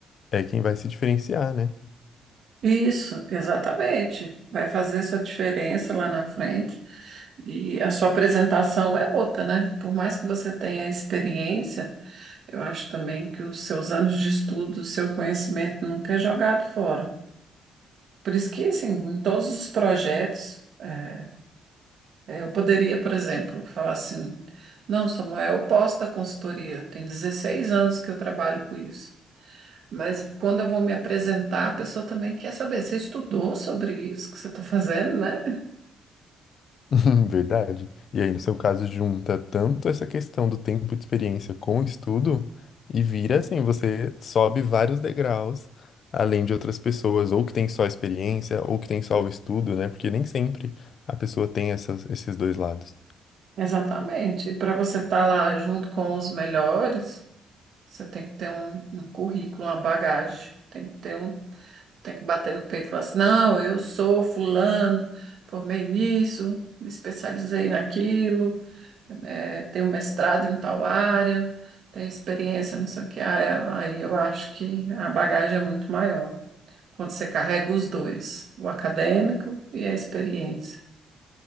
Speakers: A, on the left; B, on the right.
A: é quem vai se diferenciar, né?
B: Isso, exatamente. Vai fazer sua diferença lá na frente. E a sua apresentação é outra, né? Por mais que você tenha experiência, eu acho também que os seus anos de estudo, o seu conhecimento nunca é jogado fora. Por isso que, assim, em todos os projetos, é, É, Eu poderia, por exemplo, falar assim: não, Samuel, eu posso dar consultoria, tem 16 anos que eu trabalho com isso. Mas quando eu vou me apresentar, a pessoa também quer saber. Você estudou sobre isso que você está fazendo, né?
A: <laughs> Verdade. E aí, no seu caso, junta tanto essa questão do tempo de experiência com o estudo e vira assim, você sobe vários degraus, além de outras pessoas, ou que tem só a experiência, ou que tem só o estudo, né? Porque nem sempre a pessoa tem essas, esses dois lados.
B: <laughs> Exatamente. E para você estar lá junto com os melhores, você tem que ter um, um currículo, uma bagagem. Tem que ter um, tem que bater no peito e falar assim: não, eu sou fulano, formei nisso, me especializei naquilo. é, tem um mestrado em tal área, tem experiência, não sei o que. Ah, Aí eu acho que a bagagem é muito maior quando você carrega os dois, o acadêmico e a experiência.